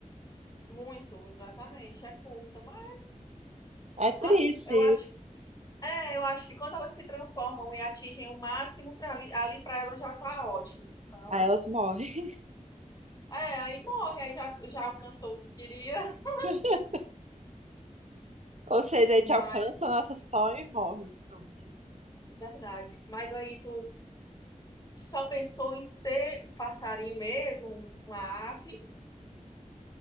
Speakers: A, on the left; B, on the right.
A: Muito, exatamente. É curta, mas
B: É triste.
A: assim, eu acho, é, eu acho que quando elas se transformam e atingem o máximo para ali, ali para elas já tá ótimo. Então,
B: Aí elas morrem.
A: é, aí morre, aí já, já alcançou o que queria. <laughs>
B: <laughs> Ou seja, a gente alcança
A: Mas,
B: o nosso sonho e morre. Pronto.
A: verdade. Mas aí tu só pensou em ser um passarinho mesmo, uma ave,